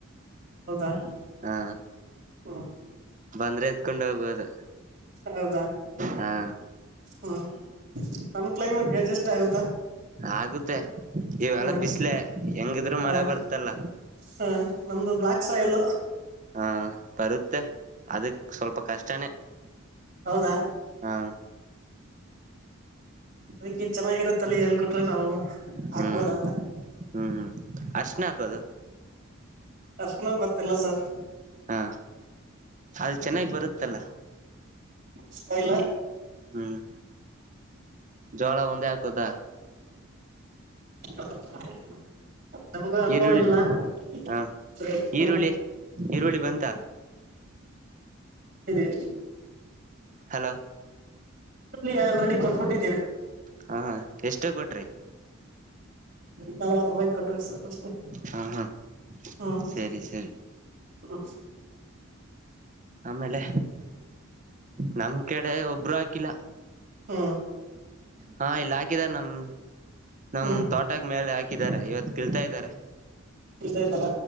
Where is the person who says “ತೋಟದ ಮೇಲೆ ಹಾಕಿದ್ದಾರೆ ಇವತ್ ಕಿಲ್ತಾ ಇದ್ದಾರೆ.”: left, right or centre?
Right